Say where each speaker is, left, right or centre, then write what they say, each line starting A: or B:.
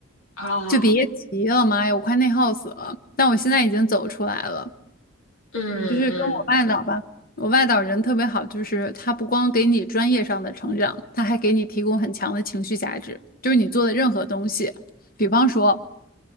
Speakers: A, on the left; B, on the left.
A: 啊，
B: 就别提了，妈呀，我快内耗死了。但我现在已经走出来了。
A: <laughs> 嗯嗯
B: 就是跟我外导吧，我外导人特别好，就是他不光给你专业上的成长，他还给你提供很强的情绪价值。就是你做的任何东西，比方说